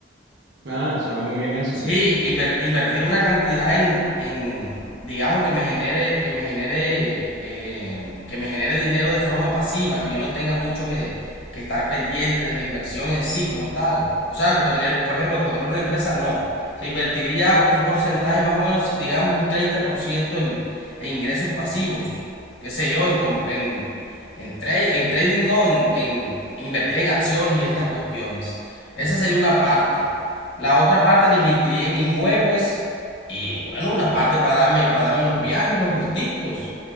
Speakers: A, on the right (about 70°); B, on the left (about 75°).
A: Ah, suena muy bien eso.
B: Sí, inver- invertir una cantidad en, en, digamos, que me genere, que me genere, eh, que me genere dinero de forma pasiva, que yo no tenga mucho que, que estar pendiente de la inversión en sí como tal. O sea, como tener, por ejemplo, como tener una empresa, no. Se invertiría un porcentaje más o menos, digamos, un 30% en, en ingresos pasivos. Qué sé yo, en, comp- en, en, trade- en trading, no, en, en invertir en acciones y estas cuestiones. Esa sería una parte. La otra parte la invertiría en inmuebles y bueno, una parte para darme, para darme unos viajes, unos gusticos.